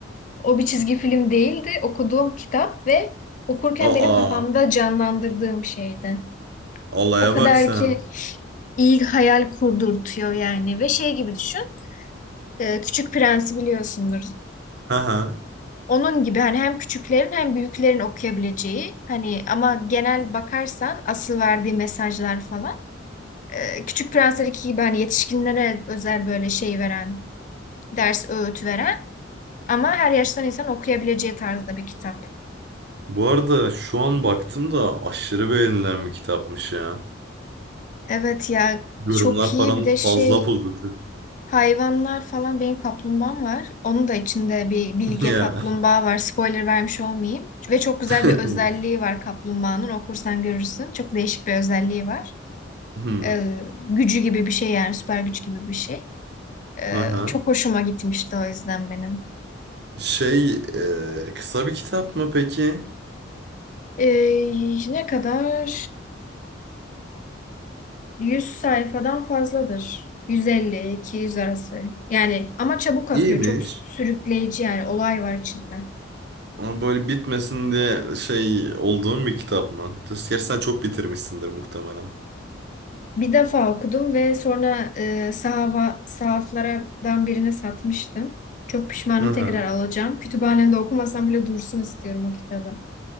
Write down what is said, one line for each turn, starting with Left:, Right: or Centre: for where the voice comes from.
Left: o bir çizgi film değildi. Okuduğum kitap ve okurken
Right: Aa.
Left: benim kafamda canlandırdığım şeydi.
Right: Olaya
Left: O kadar
Right: bak sen.
Left: ki iyi hayal kurdurtuyor yani ve şey gibi düşün. e, Küçük Prens'i biliyorsundur.
Right: Hı hı.
Left: Onun gibi hani hem küçüklerin hem büyüklerin okuyabileceği hani ama genel bakarsan asıl verdiği mesajlar falan e, Küçük Prensler'deki gibi hani yetişkinlere özel böyle şey veren, ders öğüt veren ama her yaştan insan okuyabileceği tarzda bir kitap.
Right: Bu arada şu an baktım da aşırı beğenilen bir kitapmış ya.
Left: Evet ya
Right: Yorumlar
Left: çok iyi
Right: falan
Left: bir de
Right: fazla
Left: şey
Right: pozitif.
Left: hayvanlar falan benim kaplumbağam var. Onun da içinde bir bilge
Right: <laughs> Ya.
Left: kaplumbağa var. Spoiler vermiş olmayayım. Ve çok güzel
Right: <laughs>
Left: bir özelliği var kaplumbağanın. Okursan görürsün. Çok değişik bir özelliği var.
Right: Hmm.
Left: e, gücü gibi bir şey yani süper güç gibi bir şey. E,
Right: Aha.
Left: çok hoşuma gitmişti o yüzden benim.
Right: Şey, e, kısa bir kitap mı peki?
Left: E, ne kadar? 100 sayfadan fazladır. 150 yüz arası. Yani ama çabuk akıyor.
Right: İyiymiş.
Left: Çok sürükleyici yani olay var içinde.
Right: Ama böyle bitmesin diye şey olduğum bir kitap mı? Gerçi sen çok bitirmişsindir muhtemelen.
Left: Bir defa okudum ve sonra e, sahava, sahaflardan birine satmıştım. Çok pişmanım
Right: Aha.
Left: tekrar alacağım. Kütüphanemde okumasam bile dursun istiyorum o kitabı.